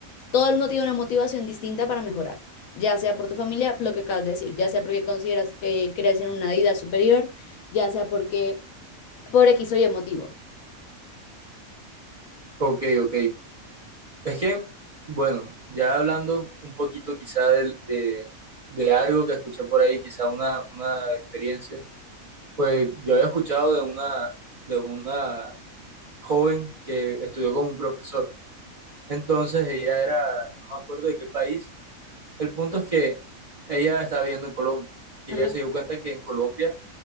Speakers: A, on the left; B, on the right.
A: todo el mundo tiene una motivación distinta para mejorar, ya sea por tu familia, lo que acabas de decir, ya sea porque consideras que crees en una vida superior, ya sea porque por X o Y motivo.
B: Ok, ok. Es que, bueno, ya hablando un poquito quizá del- de, de algo que escuché por ahí, quizá una, una experiencia, pues yo había escuchado de una, de una joven que estudió con un profesor. Entonces ella era, no me acuerdo de qué país. El punto es que ella estaba viviendo en Colombia y
A: Ajá,
B: ella se dio cuenta que en Colombia